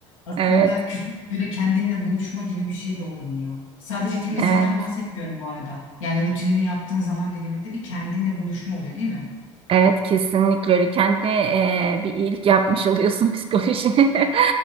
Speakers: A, on the left; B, on the right.
A: Aslında
B: Evet,
A: küçük böyle kendinle buluşma gibi bir şey de olabiliyor. Sadece temizlikten
B: evet,
A: bahsetmiyorum bu arada. Yani rutinini yaptığın zaman diliminde bir kendinle buluşma oluyor değil mi?
B: evet kesinlikle öyle. Kendine e, bir iyilik yapmış oluyorsun <laughs> psikolojine.